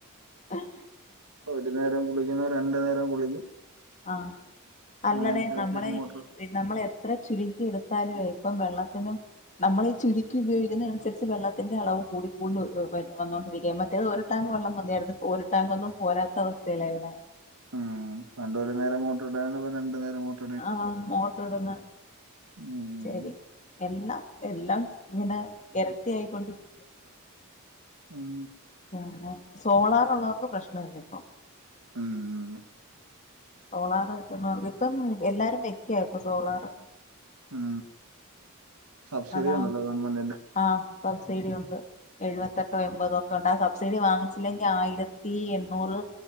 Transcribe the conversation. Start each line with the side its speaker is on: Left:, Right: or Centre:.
Left: ഏഹ്
Right: ഒരു നേരം കുളിക്കുന്ന രണ്ടു നേരം കുളിക്കും
Left: ആഹ് അല്ലടെ
Right: അതനുസരിച്ച്
Left: നമ്മളെ
Right: മോട്ടർ
Left: ഈ നമ്മൾ എത്ര ചുരുക്കി എടുത്താലുവേ ഇപ്പം വെള്ളത്തിനും നമ്മളീ ചുര്ക്കി ഉപയോഗിക്ക്ന്ന അന്സരിച്ച് വെള്ളത്തിന്റെ അളവ് കൂടിക്കൂടി വന്നോണ്ടിരിക്ക മറ്റേത് ഒര് ടാങ്ക് വെള്ളം മതിയാർന്നു ഇപ്പൊ ഒര് ടാങ്കൊന്നും പോരാത്ത അവസ്ഥേല ഇവടെ
Right: ഉം. പണ്ട് ഒരു നേരം മോട്ട്ര് ഇട ഇപ്പ രണ്ട് നേരം മോട്ട്ര്
Left: ആഹ് മോട്ട്ര് ഇട്ന്നെ
Right: ഉം.
Left: ശരി എല്ലാം എല്ലാം ഇങ്ങനെ എരട്ടി ആയിക്കൊണ്ടിരി
Right: ഉം
Left: പിന്നെ സോളാറുള്ളോർക്ക് പ്രശ്നല്ല ഇപ്പൊ
Right: ഉം ഉം
Left: സോളാറ് ഇപം ഇപ്പം എല്ലാരും വെക്ക ഇപ്പ സോളാറ്
Right: ഉം സബ്സീഡിയുണ്ടല്ലൊ
Left: അതാ
Right: ഗവൺമെന്റിന്റെ
Left: ആഹ് സബ്സീഡിയുണ്ട് എഴുവത്തെട്ടൊ എമ്പതൊ തോണ്ട ആഹ് സബ്സീഡി വാങ്ങിച്ചില്ലെങ്കി ആയിരത്തി എണ്ണൂറ്